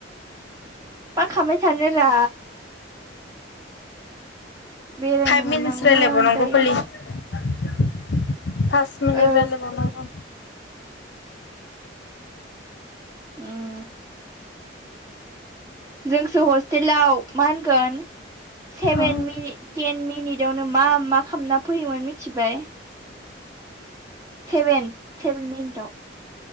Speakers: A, on the right; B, on the left.
A: मा खालामबाय थानोरा बेरायनो
B: फाइभ
A: मोननांगौमोन
B: मिनिटस रायलायबावनांगौ
A: दायो
B: फालि फास मिनिट
A: औ
B: रायलायबावनांगौ
A: उम जोंसो हस्टेलाव मा होनगोन सेभेन
B: उम उम
A: मिनि टेन मिनिटआवनो मा मा खालामना फैयोमोन मिथिबाय सेभेन सेभेन मिनिदआव